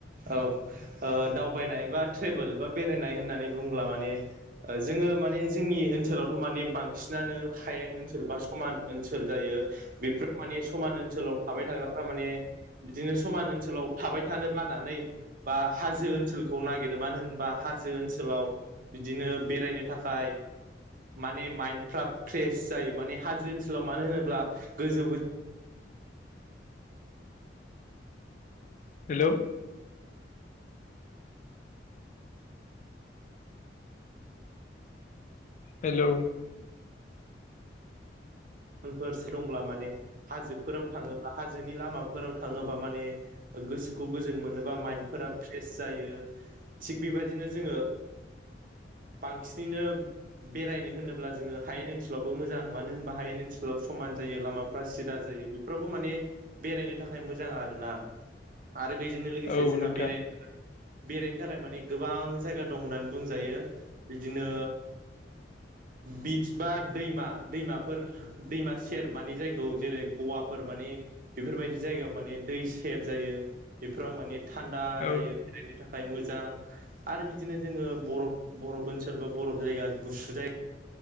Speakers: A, on the right (about 50°); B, on the left (about 45°).
A: औ ओ दावबायनाय बा ट्रेभेल बा बेरायनाय होननानै बुंब्ला माने जोङो माने जोंनि ओनसोल सोलावथ' माने बांसिनानो हायेन ओनसोल बा समान ओनसोल जायो। बेफोराव माने समान ओनसो सोलाव थाबाय थाग्राफ्रा माने बिदिनो समान ओनसोलाव थाबाय थानो बानानै बा हाजो ओनसोलखौ नागिरो मानो होनबा हाजो ओनसोलाव बिदिनो बेरायनो थाखाय माने माइन्दफ्रा फ्रेस जायो माने हाजो ओनसोलाव मानो होनोब्ला गोजौ गो
B: हेलौ। हेलौ।
A: <unintelligible> दंब्ला माने हाजोफोराव थाङोब्ला हाजोनि लामाफोराव थाङोबा माने गोसोखौ गोजोन मोनोबा माइन्डफोरा फ्रेस जायो। थिग बेबायदिनो जोङो बांसिनैनो बेरायनो होनोब्ला जोङो हायेन ओनसोलावबो मोजां। मानो होनबा हायेन ओन सोलाव समान जायो लामाफ्रा सिदा जायो। बेफोरावबो माने बेरायनो थाखाय मोजां आरो ना। आरो बेजोंनो लोगोसे
B: औ
A: जोंहा
B: नोंथां
A: बेराय बेरायनो थाखाय माने माने गोबां जायगा दं होननानै बुंजायो बिदिनो बिट्स बा दैमा दैमाफोर दैमा सेर माने जायखौ जेरै गवाफोर माने बेफोरबायदि जायगायाव माने दै सेर जायो। बेफोराव माने थान्दा
B: औ
A: जायो बेरायनो थाखाय। खाय मोजां आरो बिदिनो जोङो बरफ बरफ ओनसोल बा बरफ जायगा गुसु जायगा